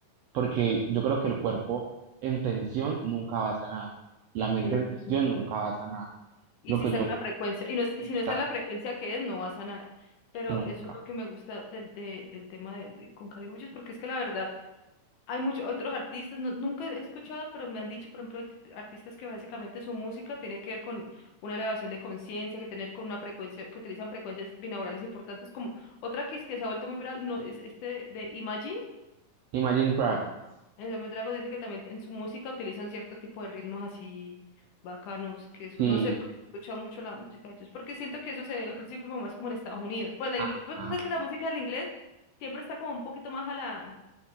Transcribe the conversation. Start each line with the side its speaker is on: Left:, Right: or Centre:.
Right: porque yo creo que el cuerpo en tensión nunca va a sanar, la mente
Left: eso
Right: en tensión
Left: es importante.
Right: nunca va a sanar,
Left: Y
Right: lo
Left: si
Right: que
Left: está
Right: yo
Left: en una frecuencia, y, no, es- y
Right: está
Left: si no está en la frecuencia que es, no va a sanar. Pero
Right: nunca.
Left: eso es lo que me gusta del, de- del tema de, de- con Caliguchos, porque es que la verdad, hay muchos otros artistas, no- nunca he escuchado, pero me han dicho, por ejemplo, hay tip- artistas que básicamente su música tiene que ver con una elevación de conciencia, que tener con una frecuencia, que utilizan frecuencias binaurales importantes, como otra que, es que se ha vuelto muy viral, no, es este de Imagine.
Right: Imagine Dragons,
Left: En Dame Drago dice que también en su música utilizan cierto tipo de ritmos así bacanos, que eso,
Right: sí,
Left: no sé, porque he escuchado mucho la música de ellos, porque siento que eso se ve al principio como más como en Estados Unidos. Pues la
Right: ajá,
Left: ingle- porque sabes que la música del inglés siempre está como un poquito más a la